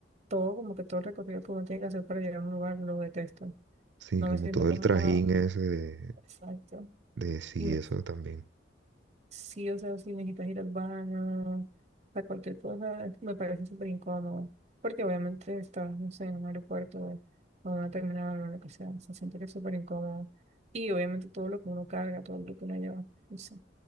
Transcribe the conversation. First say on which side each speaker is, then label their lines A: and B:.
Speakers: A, on the right (about 35°); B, on the right (about 65°).
A: todo, como que todo el recorrido que uno tiene que hacer para llegar a un lugar lo detesto.
B: Sí,
A: No
B: como
A: me siento
B: todo
A: cómoda,
B: el trajín ese de,
A: exacto.
B: de sí,
A: Y no-
B: eso también.
A: Sí, o sea, si necesitas ir al baño, a cualquier cosa, me parece súper incómodo. Porque obviamente estás, no sé, en un aeropuerto o en una terminal o lo que sea. O sea, siento que es súper incómodo. Y obviamente todo lo que uno carga, todo lo que uno lleva, no sé,